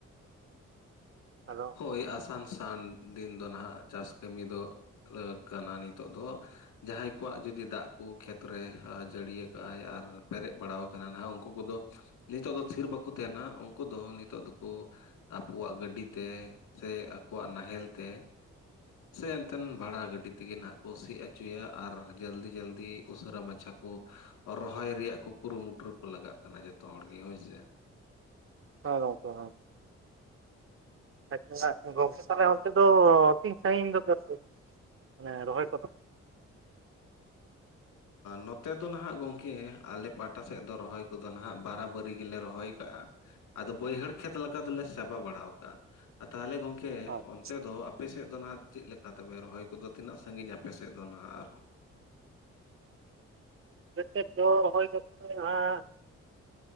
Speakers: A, on the right (about 40°); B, on the left (about 80°).
A: ᱟᱫᱚ
B: ᱦᱳᱭ ᱟᱥᱟᱬᱥᱟᱱ ᱫᱤᱱ ᱫᱚ ᱱᱟᱦᱟᱜ ᱪᱟᱥ ᱠᱟᱹᱢᱤ ᱫᱚ ᱠᱟᱱᱟ ᱱᱤᱛᱚᱜ ᱫᱚ ᱡᱟᱦᱟᱸᱭ ᱠᱚᱣᱟᱜ ᱡᱚᱫᱤ ᱫᱟᱜ ᱠᱚ ᱠᱷᱮᱛᱨᱮ ᱡᱟᱹᱲᱤᱭᱟ ᱟᱠᱟᱜᱟᱭ ᱟᱨ ᱯᱮᱨᱮᱡ ᱵᱟᱲᱟᱣᱟ ᱠᱟᱱᱟ ᱱᱟᱦᱟᱜ ᱩᱱᱠᱩ ᱠᱚᱫᱚ ᱱᱤᱛᱚᱜ ᱫᱚ ᱛᱷᱤᱨ ᱵᱟᱠᱚ ᱛᱟᱦᱮᱱᱟ ᱩᱱᱠᱩ ᱫᱚ ᱱᱤᱛᱚᱜ ᱫᱚᱠᱚ ᱟᱠᱚᱣᱟᱜ ᱜᱟᱹᱰᱤ ᱛᱮ ᱥᱮ ᱟᱠᱚᱣᱟᱜ ᱱᱟᱦᱮᱞ ᱛᱮ ᱥᱮ ᱮᱱᱛᱮᱱ ᱵᱷᱟᱲᱟ ᱜᱟᱹᱰᱤ ᱛᱮᱜᱮ ᱱᱟᱦᱟᱜ ᱠᱚ ᱥᱤ ᱚᱪᱚᱭᱟ ᱟᱨ ᱡᱟᱞᱫᱤ ᱡᱟᱞᱫᱤ ᱩᱥᱟᱹᱨᱟ ᱢᱟᱪᱷᱟ ᱠᱚ ᱨᱚᱦᱚᱭ ᱨᱮᱭᱟᱜ ᱠᱚ ᱠᱩᱨᱩᱢᱩᱴᱩ ᱠᱚ ᱞᱟᱜᱟᱜ ᱠᱟᱱᱟ ᱡᱚᱛᱷᱚ ᱦᱚᱲ ᱜᱮ ᱦᱳᱭ ᱥᱮ ᱾
A: ᱦᱮᱸ ᱜᱚᱝᱠᱮ ᱦᱮᱸ ᱟᱪᱪᱷᱟ ᱜᱚᱝᱠᱮ ᱛᱟᱦᱞᱮ ᱚᱱᱛᱮ ᱫᱚ ᱥᱟᱹᱜᱤᱧ ᱫᱟᱯᱮ ᱟᱨᱠᱤ ᱢᱟᱱᱮ ᱨᱚᱦᱚᱭ ᱠᱚᱫᱚ
B: ᱱᱚᱛᱮ ᱫᱚ ᱱᱟᱦᱟᱜ ᱜᱚᱝᱠᱮ ᱟᱞᱮ ᱯᱟᱦᱴᱟ ᱥᱮᱫ ᱫᱚ ᱨᱚᱦᱚᱭ ᱠᱚᱫᱚ ᱱᱟᱦᱟᱜ ᱵᱟᱨᱟᱵᱟᱹᱨᱤ ᱜᱮᱞᱮ ᱨᱚᱦᱚᱭ ᱠᱟᱜ-ᱟ ᱾ ᱟᱫᱚ ᱵᱟᱹᱭᱦᱟᱹᱲ ᱠᱷᱮᱛ ᱞᱮᱠᱟ ᱫᱚᱞᱮ ᱪᱟᱵᱟ ᱵᱟᱲᱟ ᱟᱠᱟᱟᱜᱼᱟ ᱛᱟᱦᱞᱮ ᱜᱚᱝᱠᱮ
A: ᱟᱞᱮ
B: ᱚᱱᱛᱮ ᱫᱚ? ᱟᱯᱮᱥᱮᱫ ᱫᱚ ᱱᱟᱦᱟᱜ ᱪᱮᱫ ᱞᱮᱠᱟ ᱛᱮᱯᱮ ᱨᱚᱦᱚᱭ ᱠᱚᱫᱚ ᱛᱤᱱᱟᱹᱜ ᱥᱟᱺᱜᱤᱧ ᱟᱯᱮᱥᱮᱫ ᱫᱚ ᱱᱟᱦᱟᱜ ᱟᱨᱦᱚᱸ?
A: ᱟᱞᱮ ᱥᱮᱫ ᱫᱚ ᱨᱚᱦᱚᱭ ᱠᱚᱫᱚ ᱦᱟᱜ